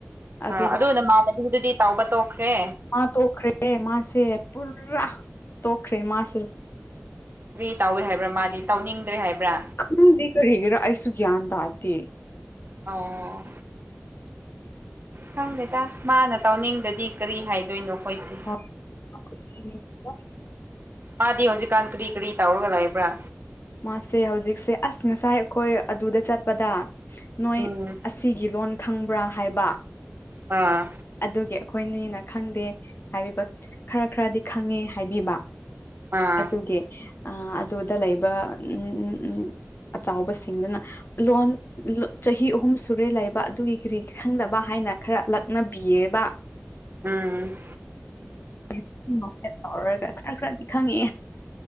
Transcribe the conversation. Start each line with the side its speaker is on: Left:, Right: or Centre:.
Left: ꯑꯗꯨꯒ
Right: ꯑ ꯑꯗꯨ ꯅꯃꯥꯟꯅꯕꯤꯗꯨꯗꯤ ꯇꯥꯎꯕ ꯇꯣꯛꯈ꯭ꯔꯦ
Left: ꯃꯥ ꯇꯣꯛꯈ꯭ꯔꯦ ꯃꯥꯁꯦ ꯄꯨꯔꯥ ꯇꯣꯛꯈ꯭ꯔꯦ ꯃꯥꯁꯦ
Right: ꯀꯔꯤ ꯇꯧꯋꯦ ꯍꯥꯏꯕ꯭ꯔꯥ ꯃꯥꯗꯤ ꯇꯧꯅꯤꯡꯗ꯭ꯔꯦ ꯍꯥꯏꯕ꯭ꯔꯥ
Left: ꯈꯪꯗꯦ ꯀꯔꯤꯒꯤꯔ ꯑꯩꯁꯨ ꯒ꯭ꯌꯥꯟ ꯇꯥꯗꯦ
Right: ꯑꯣ ꯈꯪꯗꯦꯗ ꯃꯥꯅ ꯇꯧꯅꯤꯡꯗꯗꯤ ꯀꯔꯤ ꯍꯥꯏꯗꯣꯏꯅꯣ ꯈꯣꯏꯁꯦ
Left: <unintelligible>
Right: ꯃꯥꯗꯤ ꯍꯧꯖꯤꯛꯀꯥꯟ ꯀꯔꯤ ꯀꯔꯤ ꯇꯧꯔꯒ ꯂꯩꯕ꯭ꯔꯥ
Left: ꯃꯥꯁꯦ ꯍꯧꯖꯤꯛꯁꯦ ꯑꯁ ꯉꯁꯥꯏ ꯑꯩꯈꯣꯏ ꯑꯗꯨꯗ ꯆꯠꯄꯗ ꯅꯣꯏ
Right: ꯎꯝ
Left: ꯑꯁ ꯁꯤꯒꯤ ꯂꯣꯟ ꯈꯪꯕ꯭ꯔ ꯍꯥꯏꯕ
Right: ꯑꯥ
Left: ꯑꯗꯨꯒꯤ ꯑꯈꯣꯏ ꯑꯅꯤꯅ ꯈꯪꯗꯦ ꯍꯥꯏꯕꯤꯕ ꯈꯔ ꯈꯔꯗꯤ ꯈꯪꯉꯦ ꯍꯥꯏꯕꯤꯕ
Right: ꯑꯥ
Left: ꯑꯗꯨꯒꯤ ꯑ ꯑꯗꯨꯗ ꯂꯩꯕ ꯎꯝ ꯎꯝ ꯎꯝ ꯑꯆꯥꯎꯕꯁꯤꯡꯗꯨꯅ ꯂꯣꯟ ꯆꯍꯤ ꯑꯍꯨꯝ ꯁꯨꯔꯦ ꯂꯩꯕ ꯑꯗꯨꯒꯤ ꯀꯔꯤꯒꯤ ꯈꯪꯗꯕ ꯍꯥꯏꯅ ꯈꯔ ꯂꯛ <unintelligible>
Right: ꯎꯝ꯫
Left: <unintelligible> ꯇꯧꯔꯒ ꯈꯔ ꯈꯔꯗꯤ ꯈꯪꯉꯛꯑꯦ